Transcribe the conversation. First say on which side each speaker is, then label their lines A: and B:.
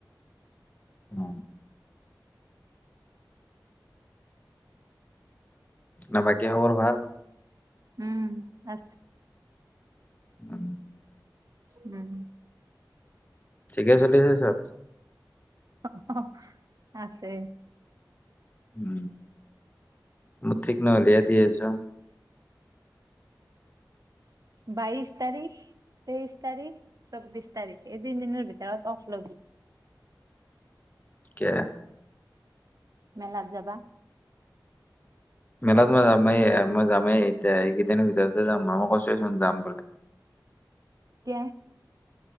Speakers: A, on the left (about 25°); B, on the right (about 55°).
A: অ, না বাকী খবৰ ভাল?
B: উম', আচ
A: উম
B: উম,
A: ঠিকে চলি আছে চব?
B: অ, অ, আছে।
A: উম মঠিক ন হলিয় দিয় আছো
B: বাইচ তাৰিখ তেইচ তাৰিখ চৌবিচ তাৰিখ এই তিন দিনৰ ভিতৰত অফ লবি।
A: কে
B: মেলাত যাবা
A: মেলাত মই যামেই মই যামেই এতিয়া এই কেইদিনৰ ভিতৰতে যাম। মা, মই কৈছোৱে চোন যাম বুলি।
B: ক